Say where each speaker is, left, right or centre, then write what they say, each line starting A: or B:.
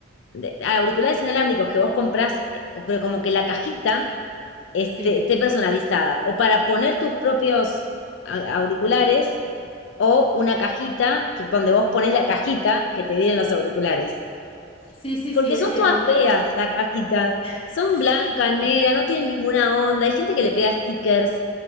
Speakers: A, on the left (about 75°); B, on the left (about 30°).
A: de- auriculares inalámbricos que vos comprás, eh, pero como que la cajita esté,
B: Sí,
A: esté personalizada. O para poner tus propios a- auriculares o una cajita que, donde vos pones la cajita que te vienen los auriculares.
B: sí, sí,
A: Porque
B: sí, entiendo,
A: son todas
B: entiendo.
A: feas las cajitas.
B: <laughs>
A: Son blancas, negras,
B: Sí,
A: no tienen ninguna onda. Hay gente que le pega stickers.